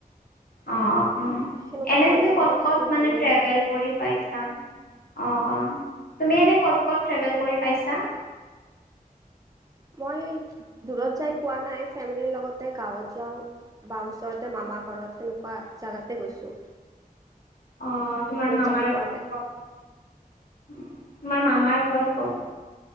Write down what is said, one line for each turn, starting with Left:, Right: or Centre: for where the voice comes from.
Left: অঁ অঁ।
Right: সেনেকুৱা
Left: এনে
Right: পৰিৱেশতো
Left: তুমি ক'ত
Right: থাকি
Left: ক'ত মানে
Right: ভালেই
Left: ট্ৰেভেল
Right: লাগে
Left: কৰি পাইছা? অঁ অঁ তুমি এনেই ক'ত ক'ত ট্ৰেভেল কৰি পাইছা?
Right: মই দূৰত যাই পোৱা নাই, ফেমিলিৰ লগতে গাঁৱত যাওঁ বা ওচৰতে মামা ঘৰত সেনেকোৱা জাগাতে গৈছো।
Left: অঁ তোমাৰ মামাৰ
Right: যাই পোৱা
Left: ঘৰ
Right: নাই
Left: কত? তোমাৰ মামাৰ ঘৰ কত?